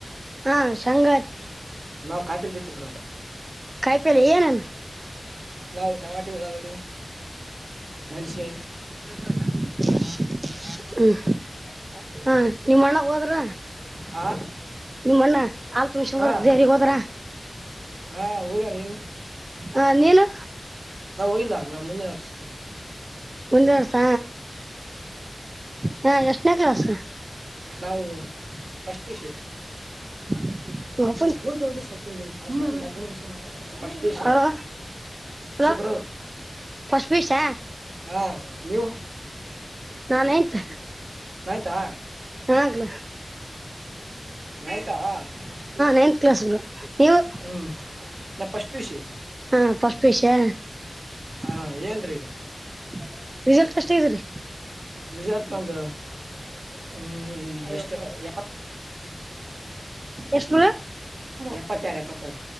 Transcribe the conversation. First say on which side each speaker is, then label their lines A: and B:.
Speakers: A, on the right (about 45°); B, on the right (about 85°).
A: ಹಾ ಸಂಂಗಾತಿ
B: ನಾವ್ ಕಾಪಿಲಿ ಬಿತ್ತಿದ ಬ್ರೋ
A: ಕಾಯಿಪಲ್ಲೆ
B: <inaudible>
A: ಏನನ್
B: ನವುಟಮಾಟೆ ಳಾಾಗಡಿ ಮಳಷೇ <unintelligible>
A: ಹ <unintelligible> ಹಾ ನಿಮ್ಮಣ್ಣ ಹೋದ್ರ
B: ಹಾ
A: ನಿಮ್ಮಣ್ಣ ಅಲ್ತ್ ನಿಮಷರೇ
B: ಹಾ
A: ಹೋದ್ರ
B: ಹಾ ಹೋಗ್ಯಾರ್ರಿ
A: ಹ ನೀನು
B: ನಾವು ಹೋಗಲ್ಲ ನಮ್ಮ್ ಮುಂದಿನರ್ಸ
A: ಮುಂದರ್ಸ ಹ ಎಷ್ಟನೇ ಕ್ಲಾಸ್
B: ನಾವು ಫಸ್ಟ್ ಪಿ ಯು ಸಿ
A: ಹ <unintelligible>
B: ಹೋಗದವ ಸ್ವ <unintelligible> ಲ್ಪ ಇಷ ಮಾತಾಡಿ
A: ಹಲೋ ಹಲೋ
B: ಬ <unintelligible>
A: ಫಸ್ಟ್ ಪಿ ಯು ಸಿ
B: ಹಾ ನೀವು
A: ನಾ ನೈನ್ತ್
B: ಆಯ್ತಾ
A: ಹಗ್ಲ
B: ನತಾ <unintelligible> ಷ <unintelligible>
A: ನೈನ್ತ್
B: ನ್
A: ಕ್ಲಾಸ್ ಬ್ರೋ ನೀವು
B: ಹ್ಮ್ ನ ಫಸ್ಟ್ ಪಿ ಯು ಸಿ
A: ಹಾ ಫಸ್ಟ್ ಪಿ ಯು ಸಿ ಯ
B: ಹ
A: <inaudible>
B: ಏನ್ರೀ ಈಗ
A: ರಿಸಲ್ಟ್ ಅಷ್ಟ ಇದ್ರರಿ
B: ನಿಜ ಇತಂದ ಹ್ಮ್ಷ್ಟ <unintelligible>
A: ಎಷ್ಟ ಬ್ರೋ
B: ಎಪ್ಪತ್ತಾರ ಪತ್ತಾರೆಪ್ಪತ್ತಾರೆ